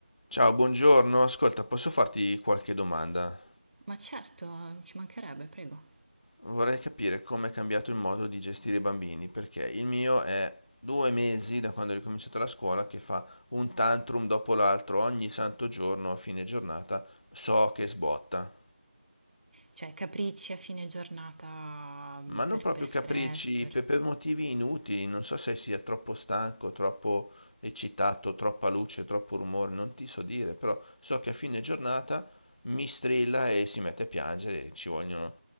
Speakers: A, on the left; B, on the right.
A: Ciao, buongiorno. Ascolta, posso farti qualche domanda?
B: Ma certo, ci mancherebbe, prego.
A: Vorrei capire come è cambiato il modo di gestire i bambini, perché il mio è due mesi da quando è ricominciata la scuola che fa un tantrum dopo l'altro, ogni santo giorno, a fine giornata, so che sbotta.
B: Cioè, capricci a fine giornata mm,
A: Ma
B: per,
A: non proprio
B: per stress,
A: capricci,
B: per...
A: pe- per, motivi inutili, non so se sia troppo stanco, troppo eccitato, troppa luce, troppo rumore, non ti so dire, però so che a fine giornata mi strilla e si mette a piangere, ci vogliono